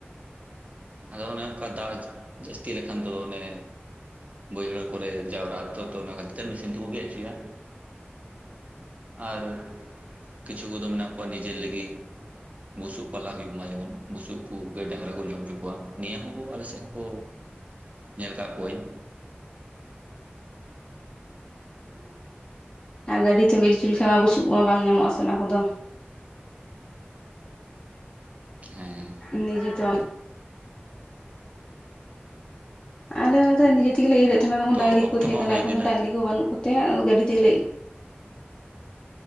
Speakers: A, on the right; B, on the left.
A: ᱟᱫᱚ ᱚᱱᱮ ᱚᱱᱠᱟ ᱫᱟᱜ ᱡᱟᱹᱥᱛᱤ ᱞᱮᱠᱷᱟᱱ ᱫᱚ ᱚᱱᱮ ᱵᱟᱹᱭᱦᱟᱹᱲ ᱠᱚᱨᱮ ᱡᱟᱣᱨᱟᱜᱼᱟ ᱛᱚ, ᱛᱚ ᱚᱱᱟ ᱠᱷᱟᱹᱛᱤᱨ ᱛᱮ ᱢᱮᱥᱤᱱ ᱛᱮᱠᱩ ᱜᱮᱫ ᱦᱚᱪᱚᱭᱟ᱾ ᱟᱨ ᱠᱤᱪᱷᱩ ᱠᱚᱫᱚ ᱢᱮᱱᱟᱜ ᱠᱚᱣᱟ ᱱᱤᱡᱮᱨ ᱞᱟᱹᱜᱤᱫ᱾ ᱵᱩᱥᱩᱵ ᱯᱟᱞᱟ ᱦᱩᱭᱩᱜ ᱢᱟ ᱡᱮᱢᱚᱱ, ᱵᱩᱥᱩᱵ ᱠᱚ ᱜᱟᱹᱭ ᱰᱟᱝᱨᱟ ᱠᱚ ᱡᱚᱢ ᱦᱚᱪᱚ ᱠᱚᱣᱟ, ᱱᱤᱭᱟᱹ ᱦᱚᱸᱠᱚ ᱟᱞᱮ ᱥᱮᱫ ᱦᱚᱸᱠᱚ ᱧᱮᱞ ᱠᱟᱜ ᱠᱚᱣᱟᱹᱧ
B: ᱦᱮᱸ ᱟᱨ ᱜᱟᱹᱰᱤ ᱛᱮᱢ ᱤᱨ ᱚᱪᱚ ᱞᱮᱠᱷᱟᱱᱡ ᱢᱟ ᱵᱩᱥᱩᱵ ᱠᱚ ᱢᱟ ᱵᱟᱝ ᱧᱟᱢᱚᱜ ᱟ ᱥᱮ ᱚᱱᱟ ᱠᱚᱫᱚ᱾
A: ᱦᱮᱸ
B: ᱱᱤᱡᱮ ᱛᱮ ᱟᱞᱮ ᱦᱚ ᱫᱟᱹᱭ ᱱᱤᱡᱮ ᱛᱮᱜᱮ ᱞᱮ ᱤᱨᱮᱫ ᱛᱟᱦᱮᱱᱟ, ᱛᱚᱠᱷᱚᱱ
A: ᱛᱚ
B: ᱰᱟᱹᱝᱨᱤ
A: ᱚᱠᱛᱚ
B: ᱠᱚ ᱛᱟᱦᱮᱸ
A: ᱦᱚᱸ
B: ᱠᱟᱱᱟ
A: ᱦᱩᱭ
B: ᱮᱠᱷᱚᱱ
A: ᱤᱫᱤᱱᱟ
B: ᱫᱚ ᱰᱟᱹᱝᱨᱤ ᱠᱚ ᱵᱟᱹᱱᱩᱜ ᱠᱚᱛᱮ ᱜᱟᱹᱰᱤ ᱛᱮᱜᱮ ᱞᱮ